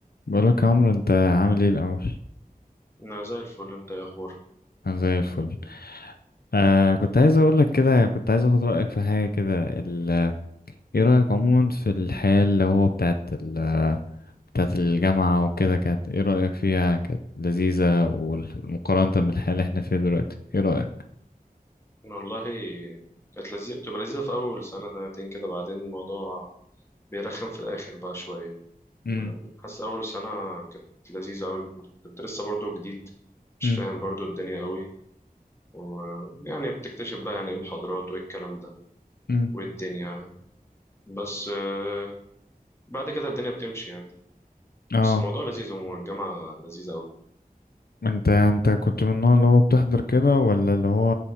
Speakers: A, on the left; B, on the left.
A: بقولك يا عمرو انت عامل ايه الاول
B: انا زي الفل انت ايه اخبارك
A: انا زي الفل آه كنت عايز اقولك كده كنت عايز اخد رايك في حاجه كده ال- ايه رايك عموما في الحياه اللي هو بتاعت ال بتاعت الجامعه وكده كانت ايه رايك فيها كانت لذيذه والمقارنه بالحياه اللي احنا فيها دلوقتي ايه رايك
B: أنا والله كانت لذيذه بتبقى لذيذه في اول سنه سنتين كده بعدين الموضوع بيرخم في الاخر بقى شويه
A: امم
B: ما- حاسس اول سنه كانت لذيذه قوي كنت لسه برضو جديد مش
A: امم
B: فاهم برضو الدنيا قوي ويعني بتكتشف بقى يعني ايه محاضرات وايه الكلام ده
A: امم
B: وايه الدنيا بس آه، بعد كده الدنيا بتمشي يعني
A: اه
B: بس الموضوع لذيذ عموما الجامعه لذيذه قوي
A: انت انت كنت من النوع اللي هو بتحضر كده ولا اللي هو